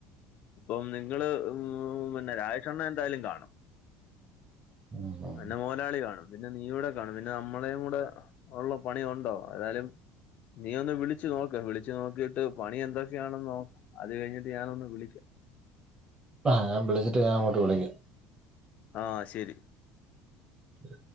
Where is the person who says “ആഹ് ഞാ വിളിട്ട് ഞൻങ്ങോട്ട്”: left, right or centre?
Right